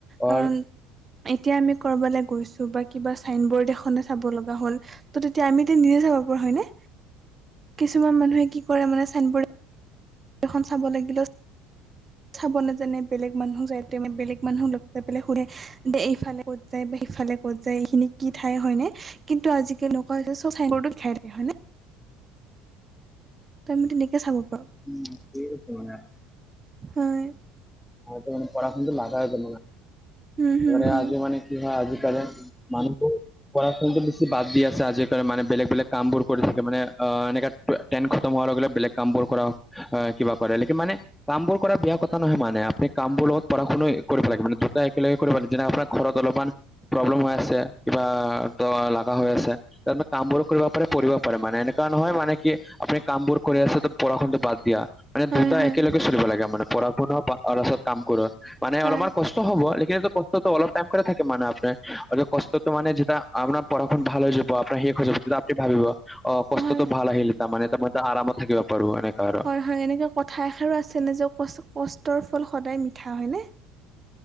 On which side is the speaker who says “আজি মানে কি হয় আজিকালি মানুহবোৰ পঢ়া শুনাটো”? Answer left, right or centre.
Centre